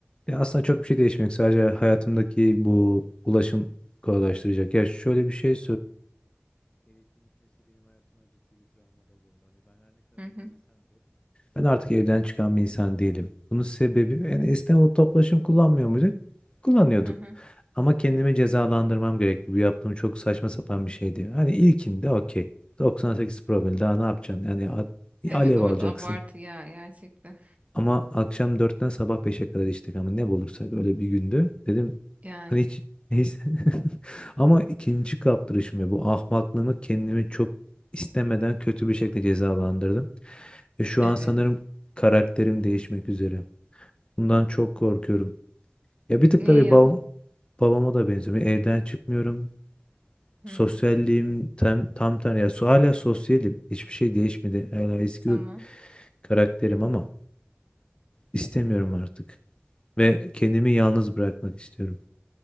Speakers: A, on the left; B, on the right.
A: ya aslında çok bir şey değişmiyor. Sadece hayatımdaki bu ulaşım kolaylaştıracak. Ya şöyle bir şey
B: Hı hı,
A: Ben artık evden çıkan bir insan değilim. Bunun sebebi yani esnek o toplaşım kullanmıyor muyduk? Kullanıyorduk.
B: hı hı.
A: Ama kendimi cezalandırmam gerekti. Bu yaptığım çok saçma sapan bir şeydi. Hani ilkinde okey. 98 promil daha ne yapacaksın? Yani at-
B: Evet
A: alev
B: orada
A: alacaksın.
B: abartı ya gerçekten.
A: Ama akşam dörtten sabah beşe kadar içtik ama ne bulursak öyle bir gündü. Dedim
B: Yani
A: Hani hiç, hiç- <laughs> ama ikinci kaptırışımı bu ahmaklığımı kendimi çok istemeden kötü bir şekilde cezalandırdım. Ve şu
B: evet.
A: an sanırım karakterim değişmek üzere. Bundan çok korkuyorum. Ya bir tık
B: Niye
A: tabii
B: ya?
A: babam, babama da benziyorum. Yani Evden çıkmıyorum.
B: Hı,
A: Sosyalliğim tam tam ter ya so- hala sosyalim. Hiçbir şey değişmedi. Hala eski
B: tamam.
A: karakterim ama istemiyorum artık. Ve kendimi yalnız bırakmak istiyorum.